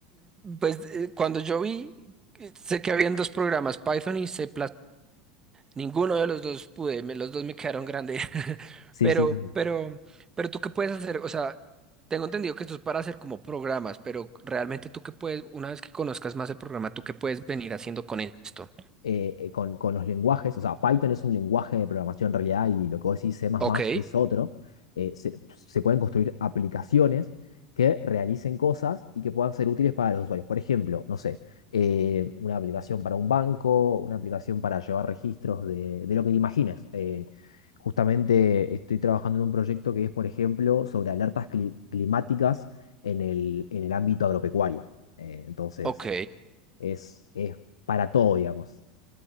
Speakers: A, on the right; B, on the left.
A: Pues eh, cuando yo vi, eh, sé que habían dos programas, Python y C++. Ninguno de los dos pude, me- los dos me quedaron grandes. <laughs>
B: Sí,
A: Pero,
B: sí, sí.
A: pero, pero tú qué puedes hacer, o sea, tengo entendido que esto es para hacer como programas, pero realmente tú qué puedes, una vez que conozcas más el programa, tú qué puedes venir haciendo con esto.
B: eh, eh, con, con los lenguajes, o sea, Python es un lenguaje de programación en realidad y lo que vos decís C++ más
A: Ok,
B: más es otro, eh, se, se pueden construir aplicaciones que realicen cosas y que puedan ser útiles para los usuarios. Por ejemplo, no sé, eh, una aplicación para un banco, una aplicación para llevar registros de, de lo que te imagines. Eh, justamente estoy trabajando en un proyecto que es, por ejemplo, sobre alertas cli- climáticas en el, en el ámbito agropecuario. Eh, entonces,
A: ok,
B: es, es para todo, digamos.